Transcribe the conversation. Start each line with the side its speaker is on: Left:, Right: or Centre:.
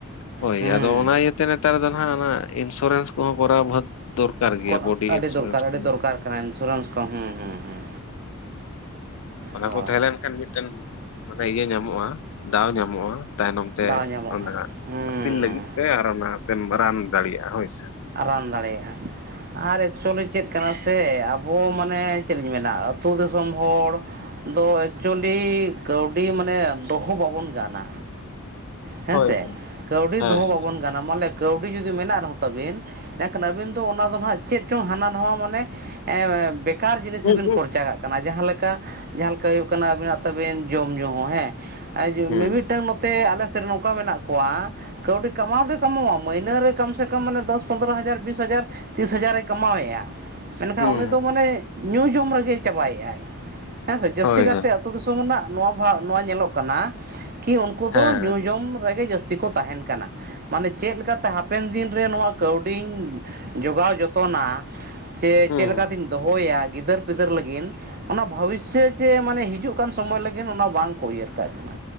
Left: ᱦᱳᱭ
Right: ᱦᱮᱸ
Left: ᱟᱫᱚ ᱚᱱᱟ ᱜᱮ ᱤᱭᱟᱹᱛᱮ ᱱᱮᱛᱟᱨ ᱫᱚ ᱱᱟᱦᱟᱜ ᱚᱱᱟ ᱤᱱᱥᱩᱨᱮᱱᱥ ᱠᱚᱦᱚᱸ ᱠᱚᱨᱟᱣ ᱵᱷ ᱫᱚᱨᱠᱟᱨ ᱜᱮᱭᱟ᱾
Right: ᱠᱚᱨᱟᱣ
Left: ᱵᱚᱰᱤ
Right: ᱟᱹᱰᱤ
Left: ᱤᱱᱥᱩᱨᱮᱱᱥ
Right: ᱫᱚᱨᱠᱟᱨ ᱟᱹᱰᱤ
Left: ᱫᱚ
Right: ᱫᱚᱨᱠᱟᱨ
Left: ᱦᱮᱸ᱾
Right: ᱠᱟᱱᱟ ᱤᱱᱥᱩᱨᱮᱱᱥ ᱠᱚ ᱦᱩᱸ ᱦᱩᱸ ᱦᱩᱸ
Left: ᱚᱱᱟ
Right: ᱦᱳᱭ
Left: ᱠᱚ ᱛᱟᱦᱮᱸ ᱞᱮᱱ ᱠᱷᱟᱱ ᱢᱤᱫᱴᱮᱱ ᱢᱟᱱᱮ ᱤᱭᱟᱹ ᱧᱟᱢᱚᱜᱼᱟ, ᱫᱟᱣ ᱧᱟᱢᱚᱜᱼᱟ᱾ ᱛᱟᱭᱱᱚᱢ ᱛᱮ,
Right: ᱫᱟᱣ ᱧᱟᱢᱚᱜᱼᱟ
Left: ᱚᱸᱰᱮ ᱱᱟᱜ
Right: ᱦᱩᱸ
Left: ᱟᱹᱯᱤᱞ ᱞᱟᱹᱜᱤᱫ ᱛᱮ ᱟᱨ ᱚᱱᱟᱛᱮᱢ ᱨᱟᱱ ᱫᱟᱲᱮᱭᱟᱜᱼᱟ ᱦᱳᱭᱥᱮ ᱾
Right: ᱨᱟᱱ ᱫᱟᱲᱮᱭᱟᱜᱼᱟ ᱟᱨ ᱮᱠᱪᱩᱭᱮᱞᱤ ᱪᱮᱫ ᱠᱟᱱᱟ ᱥᱮ ᱟᱵᱚ ᱢᱟᱱᱮ ᱪᱮᱫ ᱞᱤᱧ ᱢᱮᱱᱟ ᱟᱹᱛᱩ ᱫᱤᱥᱚᱢ ᱦᱚᱲ ᱫᱚ ᱮᱠᱪᱩᱭᱮᱞᱤ ᱠᱟᱹᱣᱰᱤ ᱢᱟᱱᱮ ᱫᱚᱦᱚ ᱵᱟᱵᱚᱱ ᱜᱟᱱᱟ᱾ ᱦᱮᱸ
Left: ᱦᱳᱭ
Right: ᱥᱮ, ᱠᱟᱣᱰᱤ
Left: ᱦᱳᱭ
Right: ᱫᱚᱦᱚ
Left: ᱦᱮᱸ
Right: ᱵᱟᱵᱚᱱ ᱜᱟᱱᱟ ᱢᱟ ᱞᱮ ᱠᱟᱹᱣᱰᱤ ᱡᱩᱫᱤ ᱢᱮᱱᱟᱜ ᱨᱮᱦᱚᱸ ᱛᱟᱵᱤᱱ ᱮᱱᱠᱷᱟᱱ ᱟᱹᱵᱤᱱ ᱫᱚ ᱚᱱᱟ ᱫᱚ ᱦᱟᱸᱜ ᱪᱮᱫ ᱪᱚᱝ ᱦᱟᱱᱟ ᱱᱟᱣᱟ ᱢᱟᱱᱮ ᱵᱮᱠ ᱵᱮᱠᱟᱨ ᱡᱤᱱᱤᱥ
Left: ᱦᱮᱸ
Right: ᱨᱮᱵᱤᱱ ᱠᱷᱚᱨᱪᱟ ᱠᱟᱜ ᱠᱟᱱᱟ ᱡᱟᱦᱟᱸ ᱞᱮᱠᱟ ᱡᱟᱦᱟᱸ ᱞᱮᱠᱟ ᱦᱩᱭᱩᱜ ᱠᱟᱱᱟ ᱟᱵᱤᱱᱟᱜ ᱛᱟᱵᱤᱱ ᱡᱚᱢᱼᱧᱩ ᱦᱚᱸ ᱦᱮᱸ᱾
Left: ᱦᱮᱸ
Right: ᱢᱤᱢᱤᱫᱴᱟᱝ ᱱᱚᱛᱮ ᱟᱞᱮ ᱥᱮᱫ ᱨᱮ ᱱᱚᱝᱠᱟ ᱢᱮᱱᱟᱜ ᱠᱚᱣᱟ᱾ ᱠᱟᱹᱣᱰᱤ ᱠᱟᱢᱟᱣ ᱫᱚᱭ ᱠᱟᱢᱟᱣᱟ ᱢᱟᱹᱭᱱᱟᱹ ᱨᱮ ᱠᱚᱢ ᱥᱮ ᱠᱚᱢ ᱢᱟᱱᱮ ᱫᱚᱥ ᱯᱚᱱᱫᱽᱨᱚ ᱦᱟᱡᱟᱨ ᱵᱤᱥ ᱦᱟᱡᱟᱨ, ᱛᱤᱥ ᱦᱟᱡᱟᱨᱮ ᱠᱟᱢᱟᱣᱮᱫᱼᱟ᱾ ᱢᱮᱱᱠᱷᱟᱱ
Left: ᱦᱮᱸ
Right: ᱩᱱᱤ
Left: ᱦᱮᱸ
Right: ᱫᱚ ᱢᱟᱱᱮ ᱧᱩ ᱡᱚᱢ ᱨᱮᱜᱮᱭ ᱪᱟᱵᱟᱭᱼᱟᱭ, ᱦᱮᱸᱥᱮ ᱡᱟᱹᱥᱛᱤ
Left: ᱦᱳᱭ
Right: ᱠᱟᱨᱛᱮ
Left: ᱦᱮᱸ
Right: ᱟᱛᱩ ᱫᱤᱥᱚᱢ <unintelligible> ᱱᱚᱭᱟ ᱧᱮᱞᱚᱜ ᱠᱟᱱᱟ ᱠᱤ ᱩᱱᱠᱩ ᱫᱚ
Left: ᱦᱮᱸ
Right: ᱧᱩ ᱡᱚᱢ ᱨᱮᱜᱮ ᱡᱟᱹᱥᱛᱤ ᱠᱚ ᱛᱟᱦᱮᱱ ᱠᱟᱱᱟ᱾ ᱢᱟᱱᱮ ᱪᱮᱫ ᱞᱮᱠᱟᱛᱮ ᱦᱟᱯᱮᱱ ᱫᱤᱱ ᱨᱮ ᱱᱚᱣᱟ ᱠᱟᱹᱣᱰᱤᱧ ᱡᱚᱜᱟᱣ ᱡᱚᱛᱚᱱᱟ, ᱪᱮ
Left: ᱦᱮᱸ
Right: ᱪᱮᱫ ᱞᱮᱠᱟᱛᱮᱧ ᱫᱚᱦᱚᱭᱟ ᱜᱤᱫᱟᱹᱨ ᱯᱤᱫᱟᱹᱨ ᱞᱟᱹᱜᱤᱱ ᱚᱱᱟ ᱵᱷᱚᱵᱤᱥᱥᱚ ᱪᱮ ᱢᱟᱱᱮ ᱦᱤᱡᱩᱜ ᱠᱟᱱ ᱥᱚᱢᱚᱭ ᱞᱟᱹᱜᱤᱱ ᱚᱱᱟ ᱵᱟᱝᱠᱚ ᱩᱭᱦᱟᱹᱨ ᱠᱟᱜ ᱠᱟᱱᱟ᱾